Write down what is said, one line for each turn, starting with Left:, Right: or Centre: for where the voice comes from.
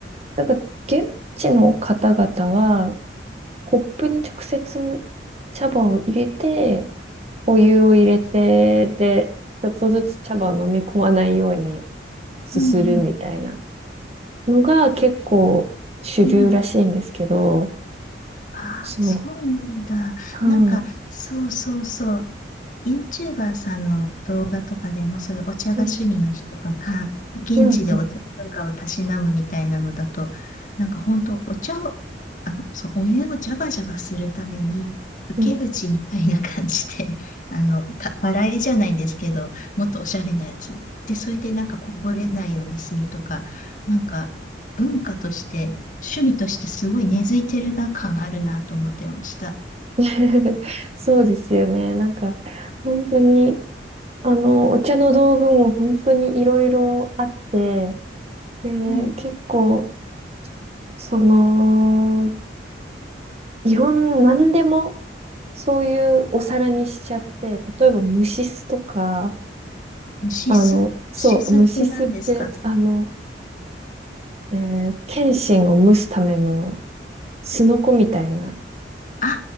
Right: だから現地の方々はコップに直接茶葉を入れて、お湯を入れて、で、ちょっとずつ茶葉を飲み込まないようにすするみたいな
Left: うんうん
Right: のが結構主流らしいんですけど、
Left: うんああ、
Right: そう、
Left: そうなんだ。
Right: はい、
Left: なんか、そうそうそう。YouTuber さんの動画とかでも、そういうお茶が趣味の人とか、
Right: うん、
Left: 現地でお茶文化をたしなむみたいなのだと、
Right: うん、
Left: なんか本当、お茶を、あの、そう、お湯をジャバジャバするために、受け口みたいな感じで、
Right: うん。
Left: <laughs> あの、た、笑いじゃないんですけど、もっとおしゃれなやつ。で、それでなんかこぼれないようにするとか、なんか文化として、趣味としてすごい根付いてるな感あるなと思ってました。
Right: <laughs> そうですよね。なんか、本当に、あの、お茶の道具も本当にいろいろあって、で、
Left: うん。
Right: 結構、その、いろん、なんでも、そういうお皿にしちゃって、例えば蒸し酢とか、
Left: シスシスって何ですか
Right: あの、そう、虫巣って、あの、えー、剣心を蒸すためのすのこみたいな、
Left: ああ、